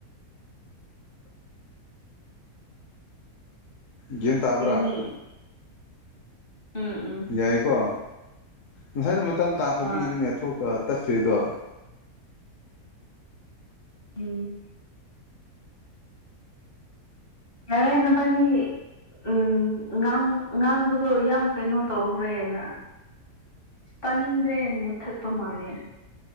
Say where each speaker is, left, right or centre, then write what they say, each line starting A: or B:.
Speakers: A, on the left; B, on the left.
A: ꯒꯌꯦꯟ ꯇꯥꯕ꯭ꯔꯥ꯫
B: ꯐꯩꯅꯦ ꯎꯝ ꯎꯝ꯫
A: ꯌꯥꯏꯀꯣ ꯉꯁꯥꯏꯗꯣ ꯃꯇꯝ ꯇꯥꯈ꯭ꯔꯕꯒꯤꯅꯤꯅꯦ
B: ꯍꯣꯏ
A: ꯊꯣꯛ ꯑ ꯇꯠꯈ꯭ꯔꯤꯗꯣ꯫
B: ꯎꯝ꯫ ꯌꯥꯔꯦ ꯅꯕꯥꯅꯤ ꯎꯝ ꯉꯥꯡ ꯉꯥꯡꯕꯗꯣ ꯌꯥꯝ ꯀꯩꯅꯣ ꯇꯧꯈ꯭ꯔꯦꯅ꯫ ꯇꯥꯅꯤꯡꯗ꯭ꯔꯦꯅ ꯃꯨꯠꯊꯠꯄ ꯃꯥꯜꯂꯦ꯫